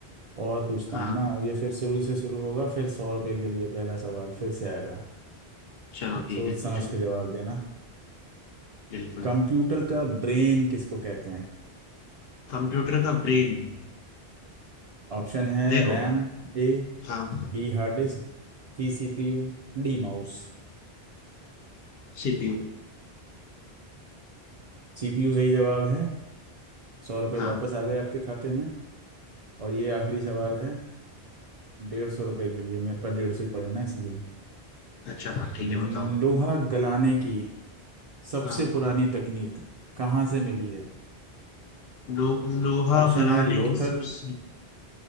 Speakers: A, on the right; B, on the left.
A: और पूछता
B: हाँ
A: हूँ ना अब ये फिर शुरू से शुरू होगा फिर सौ रुपए के लिए पहला सवाल फिर से आएगा
B: चलो ठीक
A: सोच
B: है पूछो
A: समझ के जवाब देना
B: बिल्कुल
A: कंप्यूटर का ब्रेन किसको कहते हैं
B: कंप्यूटर का ब्रेन
A: ऑप्शन है
B: देखो
A: RAM A
B: हाँ
A: B hard disk C CPU D mouse
B: सीपीयू
A: CPU सही जवाब है सौ रुपये
B: हाँ
A: वापस आ गए आपके खाते में और ये आखिरी सवाल है डेढ़ सौ रुपये के लिए मेरे पास डेढ़ सौ ही पड़े ना इसलिए
B: अच्छा हाँ ठीक
A: लोहा
B: है बताओ
A: गलाने की सबसे
B: हाँ
A: पुरानी तकनीक कहाँ से मिली है
B: लो, लोहा
A: ऑप्शन
B: गलाने
A: है लोथल
B: की सबसे